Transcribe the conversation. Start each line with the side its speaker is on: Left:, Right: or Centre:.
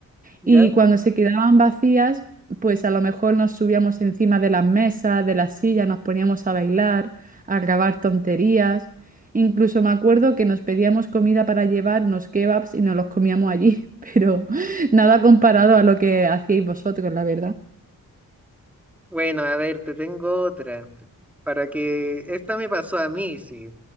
Centre: ¿ya?
Right: Y cuando se quedaban vacías, pues a lo mejor nos subíamos encima de las mesas, de las sillas, nos poníamos a bailar, a grabar tonterías. Incluso me acuerdo que nos pedíamos comida para llevar unos kebabs y nos los comíamos allí, <laughs> pero nada comparado a lo que hacíais vosotros, la verdad.
Centre: Bueno, a ver, te tengo otra. Para que... Esta me pasó a mí, sí.